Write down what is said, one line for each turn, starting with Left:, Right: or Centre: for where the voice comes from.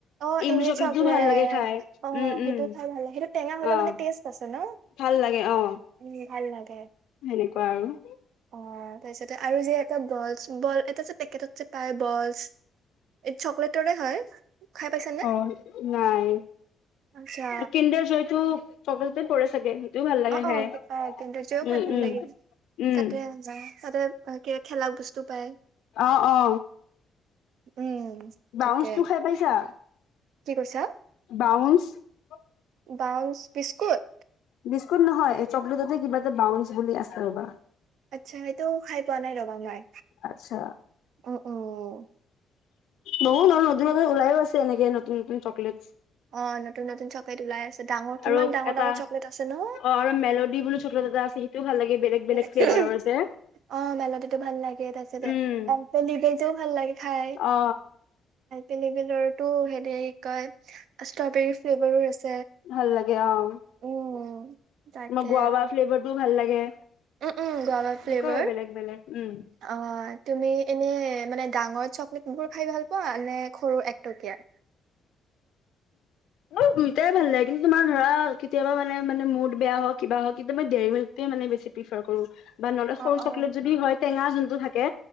Right: অ'
Left: ইমলি
Right: ইমলী
Left: চকলেটটো
Right: চকলেট
Left: ভাল লাগে খাই
Right: অ'
Left: উম
Right: সেইটো
Left: উম
Right: খাই ভাল লাগে সেইটো টেঙা হলে
Left: অ
Right: মানে টেষ্ট আছে ন
Left: ভাল লাগে অ
Right: উম ভাল লাগে।
Left: সেনেকুৱা আৰু।
Right: অ' তাৰিছতে আৰু যে এটা বলছ বল। পেটত পায় বছ এইটো চকলেটৰে হয়। খাই পাইছানে
Left: অ' নাই
Right: আচ্ছা
Left: কিনডাৰ জয়টো। চকলেতত পৰে চাগে। সেইটোও ভাল লাগে
Right: অ', অ'
Left: খাই
Right: কিনডাৰ জয়ও
Left: উম
Right: খাই ভাল
Left: উম
Right: লাগিল
Left: উম
Right: তাতে ততে কিবা খেলা বস্তু পায়।
Left: অ', অ'।
Right: উম।
Left: বাউন্চ
Right: তাকে
Left: টো খাই পাইছা,
Right: কি কৈছা
Left: বাউ <unintelligible>
Right: বাউন্স বিস্কুট।
Left: বিস্কুট নহয় চকলেটতে কিবা এটাউ বুলি আছে ৰ'বা।
Right: আচ্ছা সেইটো খাই পোৱা নাই ৰবা মাই
Left: আচ্ছা
Right: উম ',- উম ',
Left: বহুত নতুনত ওলাইও আছে এনেকে। য়ে নতুন - নতুন চকলেটচ
Right: অহ ', নতুন - নতুন চকত ওলাই আছে। ডাঙৰ কিমান
Left: আৰু
Right: ডাঙৰ
Left: এটা
Right: ডাঙৰ
Left: অ
Right: চকলেট আছে ন
Left: ', আৰু মেলোডি বুলিো চকত এটা আছে। তো ভাল লাগে। বেলেগ বেলেগ
Right: <unintelligible>
Left: ফ্লেভাৰৰ যে।
Right: <unintelligible> অহ ', মেলডিটো ভাল লাগে তাৰপিছতে
Left: উম
Right: এলপেলিবটো ভাল লাগে খাই।
Left: অ
Right: তেনে ভিতৰতো হেৰি কয় ষ্ট্ৰবেৰি ফ্লেভাৰো আছে।
Left: ভাল লাগে অহ ',
Right: উম তাকে
Left: তোমাৰ গোৱাবাৰ ফ্লেভাৰ টোও ভাল লাগে।
Right: উম', - উম', গৌবা
Left: এনেকুৱা
Right: ফ্লেভাৰ
Left: আৰু বেলেগ বেলেগ উম।
Right: অহ ', তুমি এনে? মানে? ডাঙৰ চকলেট বোৰ খাই ভাল পোৱা নে সৰু। টকিয়া।
Left: অহ ', দুইটাই ভাল লাগে কিন্তু তোমাৰ ধৰা কেতিয়াবা মানে মানে মুড বেয়া হওক কিবা হওক কিন্তু মই দেৰিবিলে মানে বেছি প্ৰিফাৰ কৰো। বা নহ'লে সৰু
Right: অ অ
Left: চকলেট যদি হয় টেঙা জুন টো থাকে।